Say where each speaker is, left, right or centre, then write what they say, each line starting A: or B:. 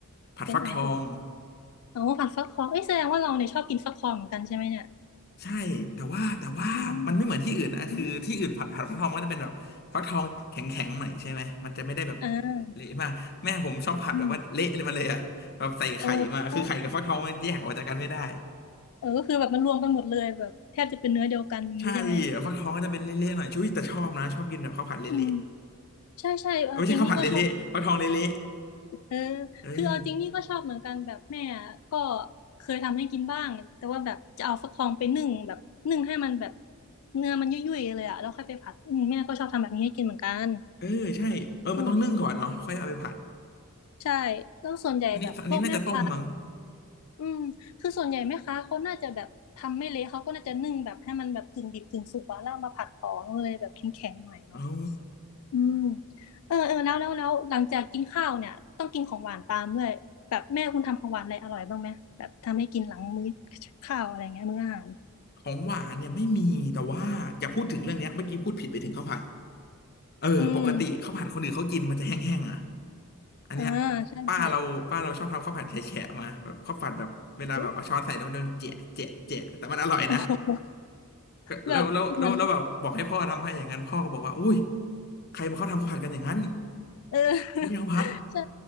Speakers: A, on the left; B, on the left.
A: ผัดฟักทอง
B: เป็นอะไรเอ่ยอ๋อผัดฟักทองเอ้ยแสดงว่าเราเนี่ยชอบกินฟักทองเหมือนกันใช่ไหมเนี่ย
A: ใช่แต่ว่าแต่ว่ามันไม่เหมือนที่อื่นนะคือที่อื่นผัดผัดฟักทองมันก็จะเป็นแบบฟักทองแข็งแข็งหน่อยใช่ไหมมันจะไม่ได้แบบ
B: อืมอมอ่า
A: เละมากแม่ผมชอบผัดแบบว่าเละเลยมาเลยอะแบบใส่ไข่มาคือไข่กับฟักทองมันแยกออกจากกันไม่ได้
B: อืมโอ้เออก็คือแบบมันรวมกันหมดเลยแบบแทบจะเป็นเนื้อเดียวกันอย่างนี้ใช่ไหม
A: ใช่ฟักทองก็จะเป็นเละๆหน่อยช่วยแต่ชอบนะชอบกินแบบข้าวผัดเละ
B: อืมใช่ใช่เอาจริงนี่ก็ชอบ
A: ๆเอ้ยไม่ใช่ข้าวผัดเละๆฟักทองเละ
B: เออ
A: ๆเออ
B: คือเอาจริงนี่ก็ชอบเหมือนกันแบบแม่อะก็เคยทำให้กินบ้าง แต่ว่าแบบจะเอาฟักทองไปนึ่งแบบนึ่งให้มันแบบเนื้อมันยุ่ยๆเลยอะแล้วค่อยไปผัดอืมแม่ก็ชอบทำแบบนี้ให้กินเหมือนกัน
A: เออใช่เออมันต้องนึ่งก่อนเนาะค่อยเอาไปผัด
B: อืมใช่แล้วส่วนใหญ่แบบพวกแม่ค้า
A: อันนี้อันนี้น่าจะต้มมั้ง
B: อืมคือส่วนใหญ่แม่ค้าเขาน่าจะแบบทำไม่เละเขาก็น่าจะนึ่งแบบให้มันแบบกึ่งดิบกึ่งสุกอะแล้วเอามาผัดต่อมันเลยแบบแข็งๆหน่อยเนาะ
A: โอ้
B: อืมเออเออแล้วแล้วแล้วหลังจากกินข้าวเนี่ยต้องกินของหวานตามด้วยแบบแม่คุณทำของหวานอะไรอร่อยบ้างไหมแบบทำให้กินหลังมื้อข้าวอะไรเงี้ยมื้ออาหาร
A: ของหวานเนี่ยไม่มีแต่ว่าอย่าพูดถึงเรื่องเนี้ยเมื่อกี้พูดผิดไปถึงข้าวผัด เออปกติข้าวผัดคนอื่นเขากินมันจะแห้งๆอ่ะ
B: อืม
A: อันเนี้ย
B: อ่าใช่ใช่
A: ป้าเราป้าเราชอบทำข้าวผัดแฉะๆมาแบบข้าวผัดแบบเวลาแบบเอาช้อนใส่แล้วมันโดนเจะเจะเจะแต่มันอร่อยนะ
B: <laughs> อืมโอ้โหแบบเหมือน
A: แล้วแล้วแล้วแล้วแบบบอกให้พ่อทำให้อย่างนั้นพ่อก็บอกว่าอุ้ยใครมาเขาทำข้าวผัดกันอย่างนั้น
B: เออ <laughs>
A: ไม่ใช่ข้าวผัด
B: ใช่